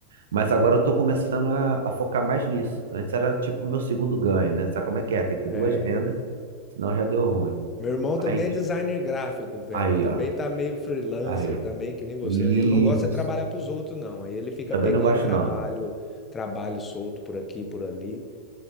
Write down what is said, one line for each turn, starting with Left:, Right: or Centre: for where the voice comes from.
Right: mas agora eu tô começando a, a focar mais nisso. Antes era tipo o meu segundo ganho, né? Sabe como é que é? Tem que
Left: é.
Right: ter duas rendas, senão já deu ruim.
Left: Meu irmão
Right: Aí,
Left: também
Right: tipo,
Left: é designer gráfico, velho.
Right: aí,
Left: Também
Right: ó,
Left: tá meio freelancer
Right: aí.
Left: também, que nem você,
Right: Isso.
Left: né? Ele não gosta de trabalhar pros outros, não. Aí ele fica
Right: Também
Left: pegando
Right: não gosto,
Left: trabalho,
Right: não.
Left: trabalho solto por aqui, por ali,